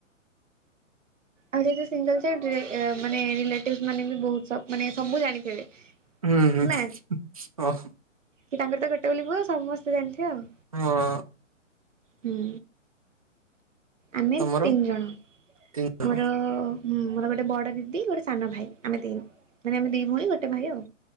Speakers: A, on the right (about 70°); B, on the right (about 30°).
A: ଆଉ ଯେହେତୁ ସିଙ୍ଗଲ ଚାଇଡରେ ଏ ଏମାନେ ରିଲେଟିଭ ମାନେ ବି ବୋହୁତ ସବୁ ମାନେ ସବୁ ଜାଣିଥିବେ।
B: ହୁଁ ହୁଁ
A: ନା
B: ଅହ।
A: କି ତାଙ୍କର ତ ଗୋଟେ ବୋଲି ପୁଅ ସମସ୍ତେ ଜଣିଥିବେ ଆଉ।
B: ହଁ।
A: ହୁଁ। ଆମେ
B: ତମର
A: ତିନ୍ ଜଣ
B: ତିନି ଜଣ
A: ମୋର। ହୁଁ ମୋର ଗୋଟେ ବଡ ଦିଦି ଗୋଟେ ସାନ ଭାଇ ଆମେ ତିନ୍ ମାନେ ଆମେ ଦି ଭଉଣୀ ଗୋଟେ ଭାଇ ଆଉ।